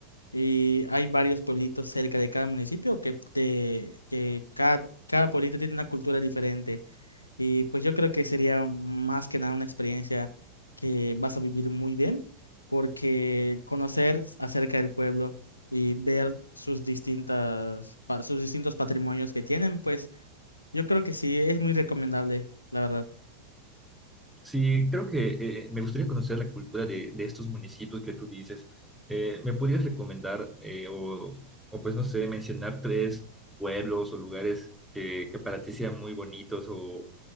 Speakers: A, on the left; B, in the centre.
A: Y hay varios pueblitos cerca de cada municipio que, te- que cada, cada pueblito tiene una cultura diferente. Y pues yo creo que sería más que nada una experiencia que vas a vivir muy bien, porque conocer acerca del pueblo y ver sus distintas, pa- sus distintos patrimonios que tienen, pues yo creo que sí es muy recomendable, la verdad.
B: Sí, creo que eh, me gustaría conocer la cultura de, de estos municipios que tú dices. Eh, ¿me podrías recomendar eh, o, o pues no sé, mencionar tres pueblos o lugares que, que para ti sean muy bonitos o,